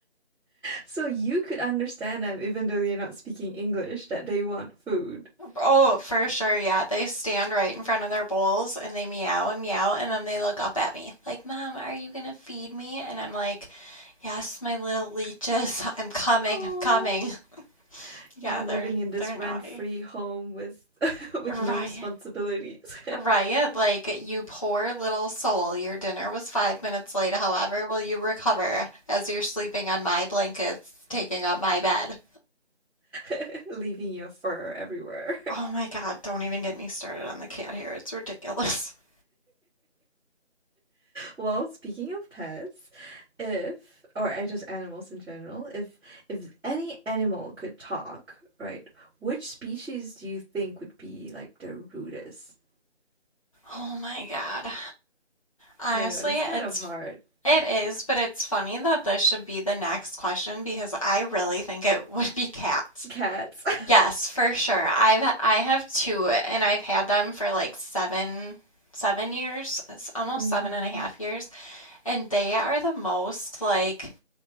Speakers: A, in the centre; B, on the left (about 30°).
A: So you could understand them even though they're not speaking English that they want food.
B: Oh, for sure. Yeah, they stand right in front of their bowls and they meow and meow. And then they look up at me like, Mom, are you gonna feed me? And I'm like, Yes, my little leeches, <laughs> I'm coming,
A: Aww.
B: I'm coming. Yeah,
A: You living
B: they're
A: in this
B: they're
A: rent-free
B: naughty.
A: home with <laughs> with
B: Ryan,
A: no responsibilities,
B: Ryan, like you poor little soul. Your dinner was five minutes late. However, will you recover as you're sleeping on my blankets, taking up my bed?
A: <laughs> leaving your fur everywhere.
B: Oh my God, don't even get me started on the cat hair. It's ridiculous. <laughs>
A: Well, speaking of pets, if or I just animals in general, if if any animal could talk, right, which species do you think would be like the rudest?
B: Oh my God. Honestly,
A: I know that's
B: it's
A: kind of hard.
B: it is, but it's funny that this should be the next question because I really think it would be cats.
A: Cats. <laughs>
B: Yes, for sure. I've I have two and I've had them for like seven seven years. It's almost
A: Mm-hmm.
B: seven and a half years. And they are the most like